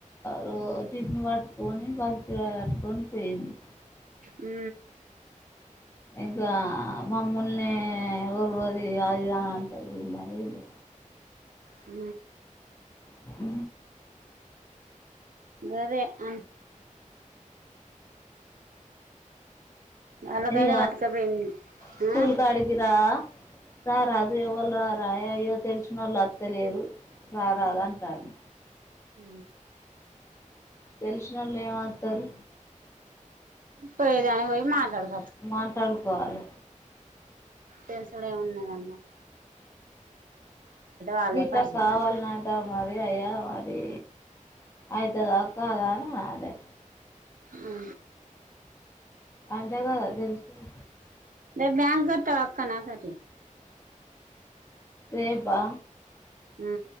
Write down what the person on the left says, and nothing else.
రో టిఫన్ పట్టుకొని పసికిరా కట్టు కొనిపోయింది
ఇంక మ్మళ్న వూర్వది అది గ అంటరు వెయి బు
హ
అయ్య
స్కూల్
కాఅడికిరా రారదు ఎవరు రారా అయ్యో తెలిసిన వాళ్ళు అర్త్తలేరు రారదు అంటారు
తెలిసిన వాళ్ళు ఏమతారు
మాట్లాడుకోవాలి
వీట్లా
కావాలనంట
మరి అయ్యా అది అయితద కాద అని అదే
అంటే కదా తెలుసేది
రేపా